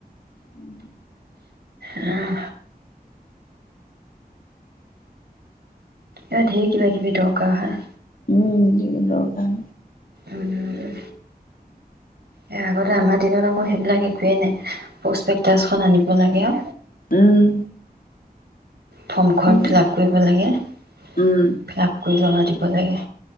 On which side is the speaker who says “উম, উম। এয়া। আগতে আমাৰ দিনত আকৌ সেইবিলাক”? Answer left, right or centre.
Right